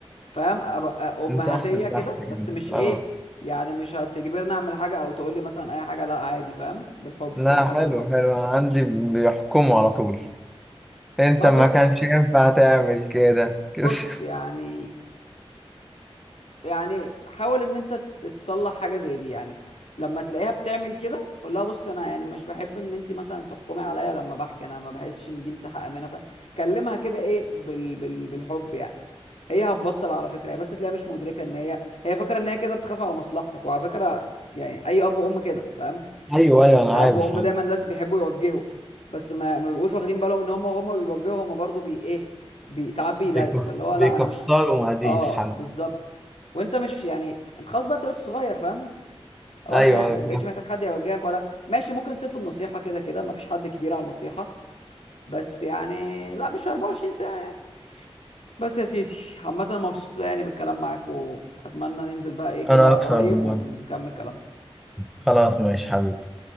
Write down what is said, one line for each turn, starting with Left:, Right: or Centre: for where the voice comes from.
Left: فاهم أبقى امهاتيه
Centre: من تحت لتحت
Left: كده
Centre: كده
Left: بس مش ايه
Centre: اه
Left: يعني مش هتجبرني اعمل حاجه او تقول لي مثلا اي حاجه لا عادي فاهم بالحب
Centre: لا
Left: كل حاجه
Centre: حلو
Left: بالحب
Centre: حلو أنا عندي بيحكموا على طول انت
Left: ما
Centre: ما
Left: بص
Centre: كانش ينفع تعمل كده كده
Left: بص
Centre: <laughs>
Left: يعني يعني حاول ان انت تتصلح حاجه زي دي يعني لما تلاقيها بتعمل كده قول لها بص انا يعني مش بحب ان انت مثلا تحكمي عليا لما بحكي انا ما بحسش ان دي مساحه امنه فاهم كلمها كده ايه بال بال بالحب يعني هي هتبطل على فكره هي بس تلاقيها مش مدركه ان هي هي فاكره ان هي كده بتخاف على مصلحتك وعلى فكره يعني اي اب وام كده فاهم
Centre: ايوه ايوه انا
Left: اب
Centre: عارف
Left: وام دايما ناس بيحبوا يوجهوا بس ما ما بيبقوش واخدين بالهم ان هم هم بيوجهوا هم برضو بي ايه بي ساعات بيضايقوا
Centre: بيكس...
Left: فاللي هو
Centre: بيكسروا
Left: لا انا مش
Centre: مقاديف
Left: اه
Centre: حنا
Left: بالظبط وانت مش يعني انت خلاص بقى انت بقيت صغير فاهم خلاص
Centre: ايوه
Left: يعني
Centre: ايوه
Left: ما بقتش محتاج حد يوجهك ولا ماشي ممكن تطلب نصيحة كده كده ما فيش حد كبير على النصيحة بس يعني لا مش 24 ساعة يعني بس يا سيدي عامة مبسوط يعني بالكلام معاك واتمنى ننزل بقى ايه كده
Centre: انا اكثر
Left: قريب
Centre: والله
Left: ونكمل كلامنا
Centre: خلاص ماشي حبيبي